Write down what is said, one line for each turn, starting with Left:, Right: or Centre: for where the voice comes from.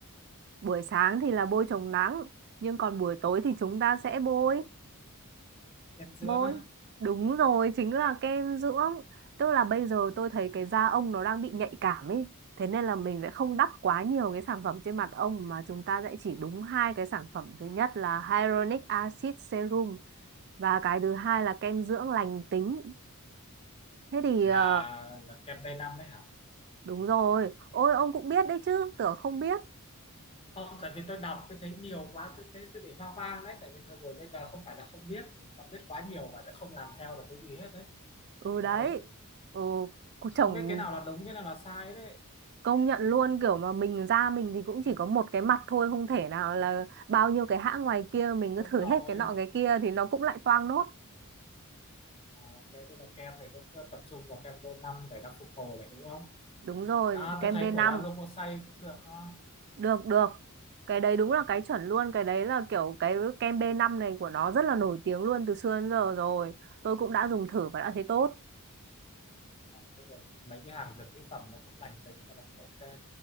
Right: buổi sáng thì là bôi chống nắng nhưng còn buổi tối thì chúng ta sẽ bôi
Left: kem dưỡng
Right: Bôi,
Left: á
Right: đúng rồi, chính là kem dưỡng. Tức là bây giờ tôi thấy cái da ông nó đang bị nhạy cảm ấy. Thế nên là mình sẽ không đắp quá nhiều cái sản phẩm trên mặt ông mà chúng ta sẽ chỉ đúng hai cái sản phẩm. Thứ nhất là Hyaluronic Acid Serum và cái thứ hai là kem dưỡng lành tính. Thế thì
Left: là
Right: ờ,
Left: là kem tây năm đấy hả
Right: đúng rồi. Ôi ông cũng biết đấy chứ, tưởng không biết.
Left: không tại vì tôi đọc tôi thấy nhiều quá tôi thấy tôi bị hoang mang đấy tại vì thời buổi bây giờ không phải là không biết mà biết quá nhiều mà sẽ không làm theo được cái gì hết đấy
Right: Ừ đấy.
Left: đấy
Right: Ừ,
Left: không
Right: chồng
Left: biết cái nào là đúng cái nào là sai đấy
Right: Công nhận luôn kiểu mà mình ra mình thì cũng chỉ có một cái mặt thôi không thể nào là bao nhiêu cái hãng ngoài kia mình
Left: đúng
Right: cứ thử
Left: rồi
Right: hết cái nọ cái kia thì nó cũng lại toang nốt.
Left: Ờ, ok tức là kem này sẽ t- tập trung vào kem b năm để nó phục hồi này đúng không
Right: Đúng rồi,
Left: à
Right: kem
Left: tôi thấy
Right: b năm
Left: của Lazomosay cũng được ha
Right: Được được. Cái đấy đúng là cái chuẩn luôn, cái đấy là kiểu cái kem b năm này của nó rất là nổi tiếng luôn từ xưa đến giờ rồi. Tôi cũng đã dùng thử và đã thấy tốt.
Left: à, tức là mấy cái hàng dược mỹ phẩm nó cũng lành tính và nó cũng ok